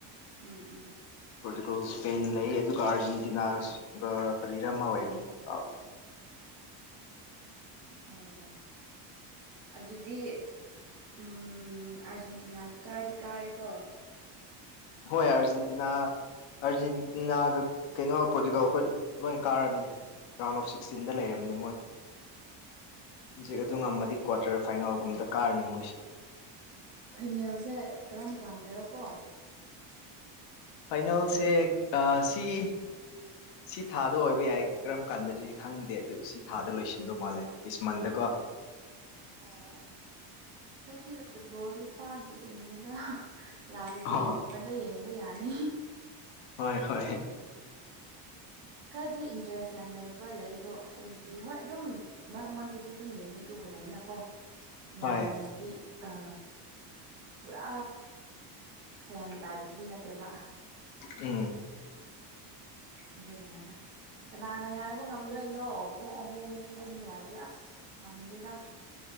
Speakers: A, on the right (about 70°); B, on the left (about 65°).
A: ꯎꯝ ꯎꯝ
B: ꯄꯣꯔꯇꯨꯒꯜ ꯏꯁꯄꯦꯟ ꯂꯩ ꯑꯗꯨꯒ ꯑꯥꯔꯖꯦꯟꯇꯤꯅꯥꯒ ꯀꯔꯤꯔ ꯑꯃ ꯑꯣꯏꯕꯅꯤ ꯀꯥꯎ
A: ꯑꯣ ꯑꯗꯨꯗꯤ ꯎꯝ ꯑꯥꯔꯖꯦꯟꯇꯤꯅꯥꯗꯤ ꯀꯥꯗꯤ ꯀꯥꯔꯦꯀꯣ
B: ꯍꯣꯏ ꯑꯔꯖꯦꯟꯇꯤꯅꯥ ꯑꯥꯔꯖꯦꯟꯇꯤꯅꯥꯒ ꯀꯩꯅꯣ ꯄꯣꯔꯇꯨꯒꯜ ꯈꯣꯏ ꯂꯣꯏꯅ ꯀꯥꯔꯕꯅꯦ ꯔꯥꯎꯟ ꯑꯣꯐ ꯁꯤꯛꯁꯇꯤꯟꯗ ꯂꯩꯔꯝꯅꯤ ꯃꯣꯏ ꯍꯧꯖꯤꯛ ꯑꯗꯨ
A: ꯑꯣ
B: ꯉꯝꯃꯗꯤ ꯀ꯭ꯋꯥꯔꯇꯔ ꯐꯥꯏꯅꯦꯜꯒꯨꯝꯗ ꯀꯥꯔꯅꯤ ꯃꯣꯏꯁꯦ
A: ꯐꯩꯅꯦꯜꯁꯦ ꯀꯔꯝ ꯀꯥꯟꯗꯔꯣ ꯀꯣ
B: ꯐꯥꯏꯅꯦꯜꯁꯦ ꯑ ꯁꯤ ꯁꯤ ꯊꯥꯗ ꯑꯣꯏꯕ ꯌꯥꯏ ꯀꯔꯝ ꯀꯥꯟꯗꯗꯤ ꯈꯪꯗꯦ ꯑꯗꯨ ꯁꯤ ꯊꯥꯗ ꯂꯣꯏꯁꯤꯟꯗꯧ ꯃꯥꯜꯂꯦ ꯗꯤꯁ ꯃꯟꯗ ꯀꯣ
A: ꯑꯣ ꯑꯩꯗꯤ ꯐꯨꯠꯕꯣꯜꯗꯤ ꯄꯥꯥꯛ ꯌꯦꯡꯗꯦꯗ ꯂꯥꯁ ꯗꯦꯒꯨꯝꯕꯗ
B: ꯑ
A: ꯌꯦꯡꯕ ꯌꯥꯅꯤ
B: ꯍꯣꯏ ꯍꯣꯏ
A: ꯈꯔꯗꯤ ꯏꯟꯇ꯭ꯔꯦꯁ ꯌꯥꯝ ꯂꯩꯕ ꯂꯩ ꯑꯗꯣ ꯑꯩꯗꯤ ꯍꯣꯏ ꯑꯗꯨꯝ ꯃꯔꯛ ꯃꯔꯛꯇꯗꯤ ꯑꯗꯨꯝ ꯌꯦꯡꯉꯤ ꯇꯨꯕꯨ ꯂꯩꯅꯀꯣ ꯌꯥꯝꯅꯗꯤ
B: ꯍꯣꯏ
A: ꯑ ꯄꯨꯔꯥ ꯐꯦꯟ ꯇꯥꯏꯞꯇꯗꯤ ꯅꯠꯇꯦꯕ
B: ꯎꯝ
A: ꯑꯗꯨꯒꯤꯅꯦꯗ ꯀꯅꯥꯅ ꯉꯥꯏꯕ ꯉꯝꯗꯣꯏꯅꯣ ꯄꯨꯡ ꯑꯍꯨꯝ ꯄꯨꯡ ꯑꯅꯤ ꯑꯗꯨꯋꯥꯏꯗꯗꯤ ꯑꯁ ꯉꯝꯗꯦꯗ